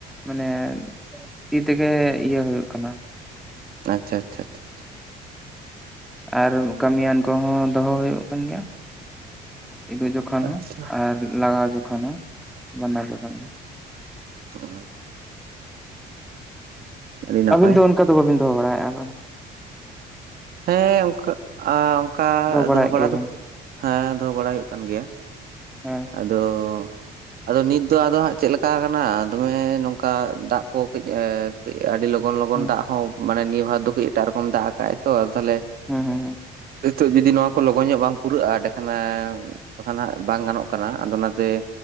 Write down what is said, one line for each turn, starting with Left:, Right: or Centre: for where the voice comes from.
Centre: ᱢᱟᱱᱮ, ᱛᱤ ᱛᱮᱜᱮ ᱤᱭᱟᱹ ᱦᱩᱭᱩᱜ ᱠᱟᱱᱟ᱾
Right: ᱟᱪᱪᱷᱟ ᱟᱪᱪᱷᱟ ᱟᱪᱪᱷᱟ ᱟᱪᱪᱷᱟ᱾
Centre: ᱟᱨ ᱠᱟᱹᱢᱤᱭᱟᱱ ᱠᱚᱦᱚᱸ ᱫᱚᱦᱚ ᱦᱩᱭᱩᱜ ᱠᱟᱱ ᱜᱮᱭᱟ᱾ ᱤᱫᱩ ᱡᱚᱠᱷᱚᱱ
Right: ᱟᱪᱪᱷᱟ
Centre: ᱦᱚᱸ ᱟᱨ ᱞᱟᱜᱟᱣ ᱡᱚᱠᱷᱚᱱ ᱦᱚᱸ ᱵᱟᱱᱟᱨ ᱡᱚᱠᱷᱚᱱ ᱜᱮ᱾
Right: ᱚ᱾ ᱟᱹᱰᱤ ᱱᱟᱯᱟᱭ
Centre: ᱟᱹᱵᱤᱱ ᱫᱚ ᱚᱱᱠᱟ ᱫᱚ ᱵᱟᱵᱤᱱ ᱫᱚᱦᱚ ᱵᱟᱲᱟᱭᱮᱫᱼᱟ ᱯᱟᱞᱮ
Right: ᱦᱮᱸ ᱚᱱᱠᱟ, ᱟ ᱚᱱᱠᱟ
Centre: ᱵᱟᱲᱟᱭᱮᱫ
Right: ᱫᱚᱦᱚ ᱵᱟᱲᱟ
Centre: ᱜᱮᱭᱟᱵᱤᱱ
Right: ᱫᱚ, ᱦᱮᱸ ᱫᱚᱦᱚ ᱵᱟᱲᱟᱭ ᱦᱩᱭᱩᱜ ᱠᱟᱱ ᱜᱮᱭᱟ᱾
Centre: ᱦᱮᱸ᱾
Right: ᱟᱫᱚ ᱟᱫᱚ ᱱᱤᱛ ᱫᱚ ᱟᱫᱚ ᱦᱟᱸᱜ ᱪᱮᱫ ᱞᱮᱠᱟ ᱠᱟᱱᱟ ᱫᱚᱢᱮ ᱱᱚᱝᱠᱟ ᱫᱟᱜ ᱠᱚ ᱠᱟᱹᱡ ᱮ ᱠᱟᱹᱡ ᱟᱹᱰᱤ ᱞᱚᱜᱚᱱ ᱞᱚᱜᱚᱱ
Centre: ᱦᱩᱸ
Right: ᱫᱟᱜ ᱦᱚᱸ ᱢᱟᱱᱮ ᱱᱤᱭᱟᱹ ᱵᱟᱨ ᱫᱚ ᱠᱟᱹᱡ ᱮᱴᱟᱜ ᱨᱚᱠᱚᱢ ᱫᱟᱜ ᱟᱠᱟᱜ-ᱟᱭ ᱛᱚ ᱟᱫᱚ ᱛᱟᱦᱞᱮ
Centre: ᱦᱮᱸ ᱦᱮᱸ ᱦᱮᱸ᱾
Right: ᱦᱤᱛᱚᱜ ᱡᱩᱫᱤ ᱱᱚᱣᱟ ᱠᱚ ᱞᱚᱜᱚᱱ ᱧᱚᱜ ᱵᱟᱝ ᱯᱩᱨᱟᱹᱜᱼᱟ ᱮᱸᱰᱮ ᱠᱷᱟᱱᱮ ᱮ ᱵᱟᱠᱷᱟᱱ ᱦᱟᱸᱜ ᱵᱟᱝ ᱜᱟᱱᱚᱜ ᱠᱟᱱᱟ ᱟᱫᱚ ᱚᱱᱟᱛᱮ,